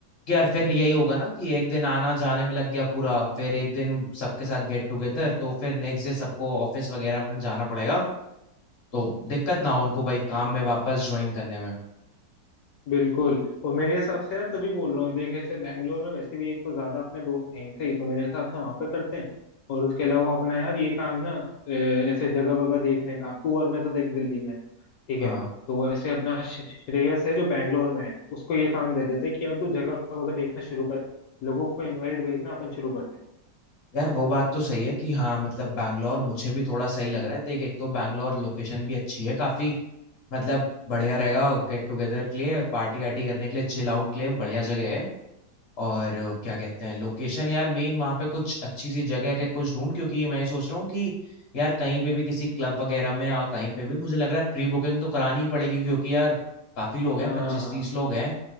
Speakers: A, on the left; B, on the left.
A: कि यार फिर यही होगा ना कि एक दिन आना जाने में लग गया पूरा फिर एक दिन सबके साथ गेट टुगेदर तो फिर नेक्स्ट डे सबको ऑफिस वगैरह अपने जाना पड़ेगा तो दिक्कत ना हो उनको वही काम में वापस ज्वाइन करने में
B: बिल्कुल और मेरे हिसाब से यार तभी बोल रहा हूँ देख ऐसे बैंगलोर में वैसे भी एक तो ज्यादा अपने दोस्त हैं ही सही तो मेरे हिसाब से वहां पे करते हैं और उसके अलावा अपना यार ये काम ना अ, ऐसे जगह वगह देखने का तू और मैं तो देख दिल्ली में है, ठीक
A: हाँ
B: है तो ऐसे अपना श्रे- श्रेयस है जो बैंगलोर में है उसको ये काम दे देते कि यार तू जगह वगह देखना शुरू कर लोगों को इनवाइट भेजना अपन शुरू करते हैं
A: यार वो बात तो सही है कि हाँ मतलब बैंगलोर मुझे भी थोड़ा सही लग रहा है देख एक तो बैंगलोर लोकेशन भी अच्छी है काफी मतलब बढ़िया रहेगा गेट टुगेदर के लिए पार्टी वार्टी करने के लिए चिल आउट के लिए बढ़िया जगह है और अ, क्या कहते हैं लोकेशन यार मेन वहां पे कुछ अच्छी सी जगह अगर कुछ ढूंढ क्योंकि मैं ये सोच रहा हूँ कि यार कहीं पे भी किसी क्लब वगैरह में या कहीं पे भी मुझे लग रहा है प्री बुकिंग तो करानी ही पड़ेगी क्योंकि यार काफी लोग हैं
B: हाँ
A: पच्चीस
B: हाँ
A: तीस लोग हैं